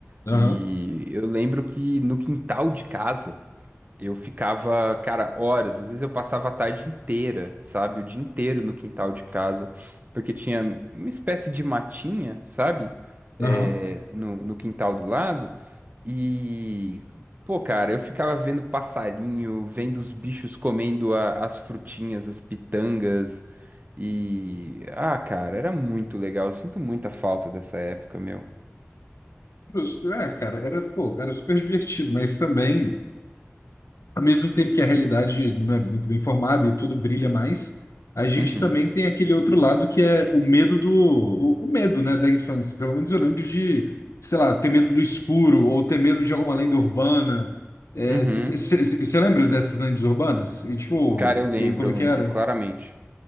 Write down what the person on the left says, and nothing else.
aham,
aham.
Justo, É, cara, era, pô, era super divertido, mas também. ao mesmo tempo que a realidade não é muito bem formada e tudo brilha mais, a gente
também tem aquele outro lado que é o medo do, o, o medo, né, da infância. Pelo menos eu lembro de, sei lá, ter medo do escuro ou ter medo de alguma lenda urbana. É,
Você lembra dessas lendas urbanas? E, tipo,
e como
é que
era?